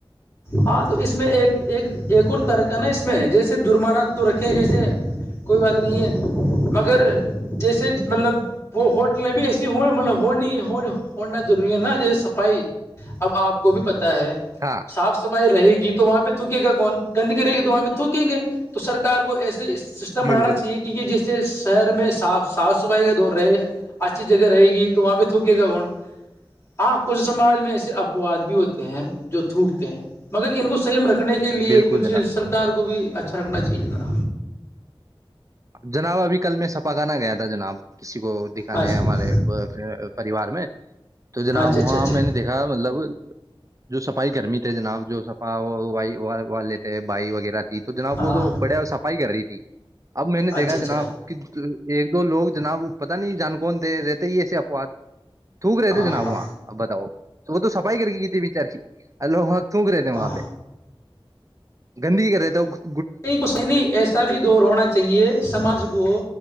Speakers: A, on the left; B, on the right.
A: ہاں تو اس میں ایک اور ترق کا نا اس میں جیسے جرمانہ تو رکھے جیسے کوئی بات نہیں ہے مگر جیسے مطلب وہ ہوٹلیں بھی ایسی ہوں مطلب ہونی ہو ہونا ضروری ہے نا جیسے صفائی اب آپ کو بھی پتا ہے
B: ہاں
A: صاف سفائی رہے گی گ تو وہاں پہ تھوکے گا کون گندگی رہے گی تو وہاں پہ تھوکیں گے تو سرار کو ایسے اس سسٹم بنانا
B: بالکل
A: چاہے کیونکہ جسے شہر میں صاف صاف صفائی کا دور رہے اچھی جگہ رہے گی تو وہاں پہ تھوکے گا کون ہاں کچھ سماج میں ایسے اپواد بھی ہوتے ہیں جو تھوکتے ہیں مگر ان کو سیم رکھتے رنے کے لیے
B: بالکل
A: کچھ
B: جناب
A: سرکار کو بھی اچھا کا چی لا
B: جناب ابھی کل میں سپ کرانا گیا تھا جناب کسی کو دکھانے
A: اچھا
B: ہیں ہمارے پریوار میں تو جناب
A: اچھا
B: وہاں
A: اچھا اچھا
B: میں نے دیکھا مطلب جو صفائی گرمی تھے جناب جو سپا والے تھے بھائی وغیرہ تھی تو جناب
A: ہاں
B: وہ تو بڑیا صفائی کر رہی تھی اب میں نے دیکھا
A: اچھا اچھا
B: جناب کہ ایک دو لوگ جناب پتا نہیں جان کون د رہتے ہی ایسے وق تھوک رہے
A: ہاں
B: تھے جناب
A: ہاں
B: وہاں اب بتاؤ وہ تو صفائی کر کے کی تھی وچار کی اللہو وہ سوک رہے تھے وہاں
A: ہاں
B: پہ گندگی کر رہے تھ
A: نہیں کچھ نہیں ایسا بھی دور ہونا چاہیے سماج کو